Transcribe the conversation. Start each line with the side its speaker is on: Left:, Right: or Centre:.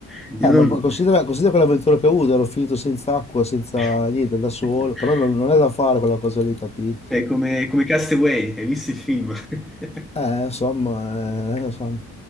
Centre: <laughs> io
Left: eh,
Centre: non-
Left: ma considera, considera quell'avventura che ho avuto, ero finito senza acqua, senza
Centre: <laughs>
Left: niente, da solo, però non, non è da fare quella cosa lì, capito?
Centre: è come, come Castaway, hai visto il film? <laughs>
Left: Eh, insomma, eh, insomma,